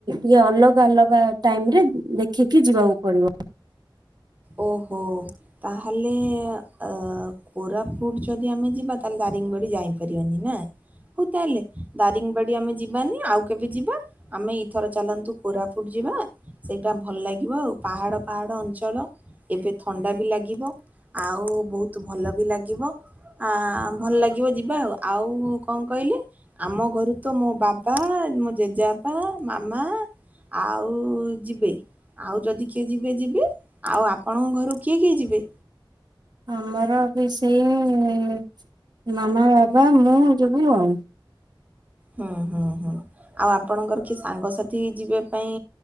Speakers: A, on the right; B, on the right.
A: ଇଏ ଅଲ ଗା ଅଲଗା ଟାଇମ ରେ ଦେଖିକି ଯିବାକୁ ପଡିବ।
B: ଓହୋ ତାହେଲେ ଅ କୋରାପୁଟ ଯଦି ଆମେ ଯିବା ତାହେଲେ ଦାରିଙ୍ଗବାଡ଼ି ଯାଇପାରିବାନି ନା? ହଉ ତାହେଲେ ଦାରିଙ୍ଗବାଡ଼ି ଆମେ ଯିବାନି ଆଉ କେବେ ଯିବା। ଆମେ ଏଇଥର ଚାଲନ୍ତୁ କୋରାପୁଟ ଯିବା ସେଇଟା ଭଲ ଲାଗିବ ଆଉ ପାହାଡ଼ ପାହାଡ଼ ଅଞ୍ଚଳ। ଏବେ ଥଣ୍ଡା ବି ଲାଗିବ ଆଉ ବହୁତ ଭଲ ବି ଲାଗିବ ଆ ଭଲ ଲାଗିବ ଯିବା ଆଉ ଆଉ କଣ କହିଲି ଆମ ଘରୁ ତ ମୋ ବାବା ମୋ ଜେଜେବାପା ମାମା ଆଉ ଯିବେ ଆଉ ଯଦି କିଏ ଯିବେ ଯିବେ। ଆଉ ଆପଣଙ୍କ ଘରୁ କିଏ କିଏ ଯିବେ?
A: ଆମର ବି ସେଇ ଉଁ ମାମା ବାବା ମୁଁ ଯିବୁ ଆଉ।
B: ହୁଁ ହୁଁ ହୁଁଲ ଆଉ ଆପଣଙ୍କର କିଏ ସାଙ୍ଗସାଥି ଯିବା ପାଇଁ